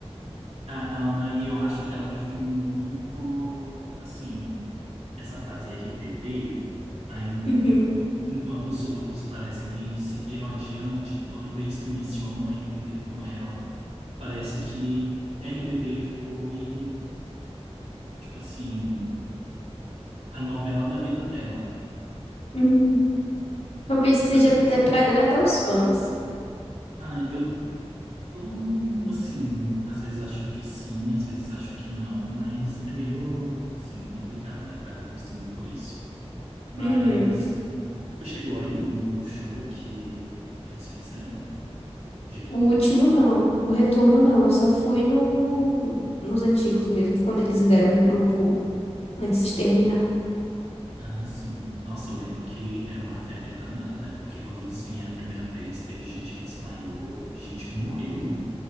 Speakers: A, on the right (about 80°); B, on the left (about 75°).
A: a Anaí, eu acho que ela vive muito, assim, essa fase RBD ainda.
B: Uhum,
A: Enquanto os outros parecem que seguiram adiante, toda vez que mencionam RBD com ela, parece que RBD foi, tipo assim, a novela da vida dela, né?
B: uhum. Talvez seja
A: Até
B: até pra agradar os fãs.
A: Ah, eu, eu, assim, às vezes acho que sim, às vezes acho que não, mas é meio, assim, complicado, né? Ficar deduzindo por isso. Mas
B: Uhum.
A: tu chegou aí no show que eles fizeram de retorno?
B: O último não, o retorno não. Eu só fui no, nos antigos mesmo, quando eles ainda eram um grupo antes de terminar.
A: Ah, sim. Nossa, eu lembro que era uma febre danada, né? Porque quando eles vieram a primeira vez, teve gente que desmaiou, teve gente que morreu, né?